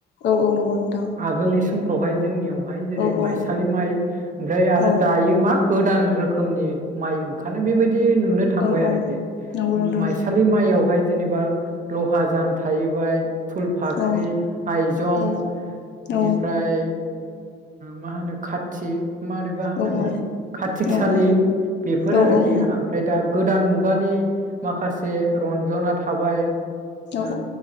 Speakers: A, on the left; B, on the right.
A: औ औ नंगौ नोंथां
B: आगोलनि सम अहाय जोंनियाव हाय जेरै
A: औ
B: माइसालि
A: औ
B: माइ ओमफ्राय आरो
A: औ
B: दायो मा गोदान रोखोमनि माइ ओंखारनाय बेबाय नुनो थांबाय
A: औ औ
B: आरोखि
A: नंगौ नोंथां
B: माइसालि
A: नंगौ
B: माइयाव बेहाय जेनेबा लहा जान थाहैबाय फुलफाख्रि
A: औ
B: आइजं
A: औ
B: बेनिफ्राय
A: औ
B: मा होनो खाथि मारैबा होनोमोन
A: औ औ
B: खातिकसालि
A: औ औ
B: बेफोर
A: औ
B: आरोखि ओमफ्राय दा गोदान मु गानि माखासे रन्जना थाबाय आ
A: औ